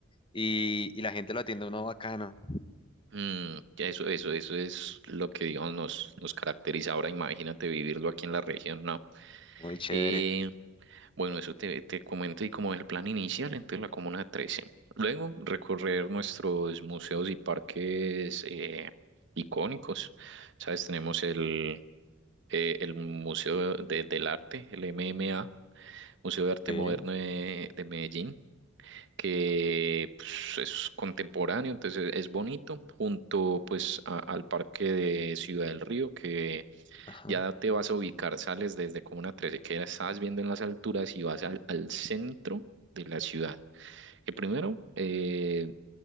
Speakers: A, on the left; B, on the right.
A: y, y la gente lo atiende a uno bacano,
B: Mm, eso, eso, eso es lo que, digamos, nos, nos caracteriza. Ahora imagínate vivirlo aquí en la región, ¿no?
A: muy chévere.
B: Eh, bueno, eso te, te comento y como el plan inicial, entonces la Comuna trece Luego, recorrer nuestros museos y parques eh, icónicos. ¿Sabes? Tenemos el, eh, el Museo de- del Arte, el MMA, Museo de Arte
A: Ok,
B: Moderno de, de Medellín que pues, es contemporáneo, entonces es bonito, junto pues a- al parque de Ciudad del Río, que
A: Ajá.
B: ya te vas a ubicar, sales desde Comuna trece que ya estás viendo en las alturas y vas al, al centro de la ciudad. Que primero eh,